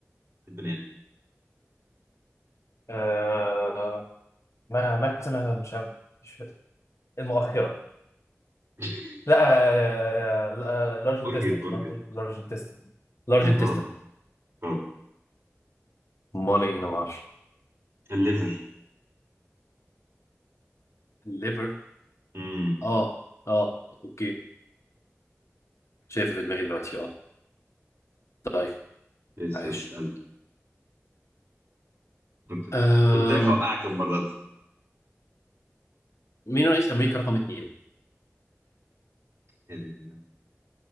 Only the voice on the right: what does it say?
في البني ادم
<laughs>
organ
organ
لا غلط
غلط
الليفر
امم
ماشي
يلا اسال قلت
قلت لك هوقعك المره دي
يا دي النيلة.